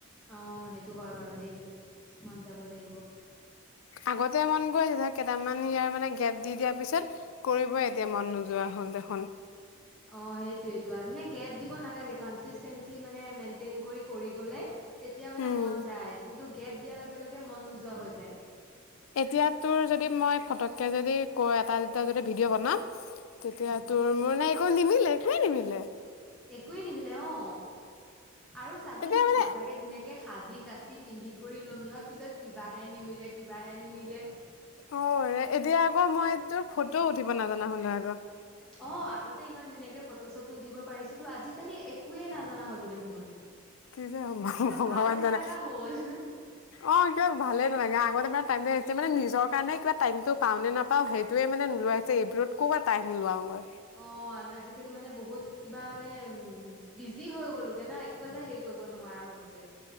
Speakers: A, in the centre; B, on the left.
A: অ সেইটো হয় বাৰু দেই মন যাব লাগিব।
B: আগতে মন গৈছে কেইটামান ইয়াৰ মানে গেপ দি দিয়াৰ পিছত কৰিবই এতিয়া মন নোযোৱা হ'ল দে।
A: অ সেইটোয়েই যোৱাত মানে, গেপ দিব নালাগে, কনচিছটেন্সী মানে মেন্টন কৰি কৰি গ'লে তেতিয়া মানে
B: উম
A: মন যায়, কিন্তু গেপ দিয়া লগে। একেলগে মন নোযোৱা হৈ যায়
B: এতিয়া তোৰ যদি মই, ফতককে যদি কৈ এটা-দুটা যদি ভিডিঅ' বনাম। তেতিয়া
A: উম
B: তোৰ-মোৰ নাই। অ' নিমিলে, একোৱে নিমিলে।
A: একোৱে নিমিলে অ'। আৰু চাবিচোন
B: এতিয়া মানে
A: সঁচাকে ধুনীয়াকে সাজি-কাচি ধুনীয়াকে পিন্ধি কৰি ল'ম নহয়, পিছত কিবাহে নিমিলে, কিবাহে নিমিলে!
B: অ' এতিয়া আকৌ মই তোৰ, ফটোও উঠিব নাজানা হ'লো আক'।
A: অ আগতে ইমান ধুনীয়াকে ফটো-চটো উঠিব পাৰিছিলো, আজিকালি একোৱে নাজনা হ'লো দেখোন!
B: কি যে হ'ব
A: কিবা
B: ভগৱান
A: ভাল নালাগা
B: জানে!
A: হ'ল
B: অ' কিবা ভালে নালাগে। লগত টাইম আহিছে। মানে নিজৰ কাৰণে কিবা টাইমটো পাও নে নাপাওঁ সেইটোৱে মানে নোলোৱা হৈছে। এইবোৰত ক'ৰ পৰা টাইম ওলাওঁগৈ!
A: অ' আম আজিকালি মানে বহুত কিবা মানে, বিজি হৈ গ'লোগে না! একো এটা হেৰি কৰিব নোৱাৰা হলোগে।